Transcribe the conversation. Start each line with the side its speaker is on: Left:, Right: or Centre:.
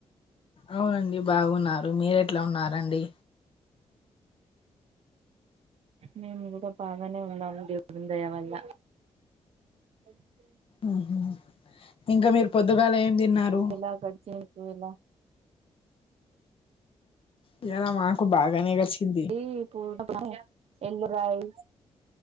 Left: అవునండి బాగున్నారు, మీరెట్లా ఉన్నారండి?
Right: మేం గుడా బాగానే ఉన్నాము దేవున్ దయ వల్ల అచ్చిన్
Left: మ్ హ్ ఇంక మీరు పొద్దుగాల ఏం తిన్నారు?
Right: ఎలా గడిచింది <unintelligible>
Left: ఇయాల మాకు బాగానే గడిసింది.
Right: ఈ పూట ఎల్లు రాయి.